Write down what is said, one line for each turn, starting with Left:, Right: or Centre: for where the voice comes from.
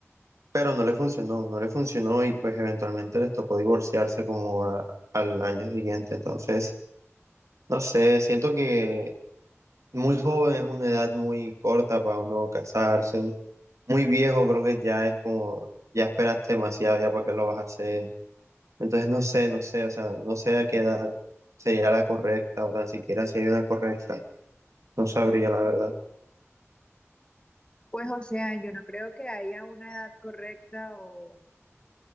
Right: Pero no le funcionó, no le funcionó y pues eventualmente les tocó divorciarse como a- al año siguiente. Entonces, no sé, siento que muy joven es una edad muy corta para uno casarse. Muy viejo creo que ya es como, ya esperaste demasiado ya porque lo vas a hacer. Entonces no sé, no sé, o sea, no sé a qué edad sería la correcta o tan siquiera si hay una correcta. No sabría la verdad.
Left: Pues o sea, yo no creo que haya una edad correcta o